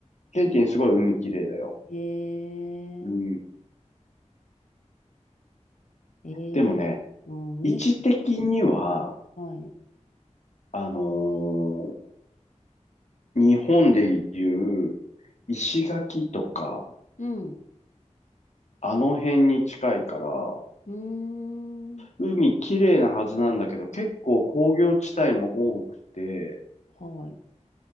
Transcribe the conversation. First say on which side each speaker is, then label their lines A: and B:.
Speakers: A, on the left; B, on the left.
A: ケンティンすごい海綺麗だよ。
B: へえ
A: うん、
B: ええもうみ
A: でもね、位置的には、
B: はい。
A: あのー日本でいう石垣とか、
B: うん。
A: あの辺に近いから、
B: うーん。
A: 海綺麗なはずなんだけど、結構工業地帯も多くて、
B: はい。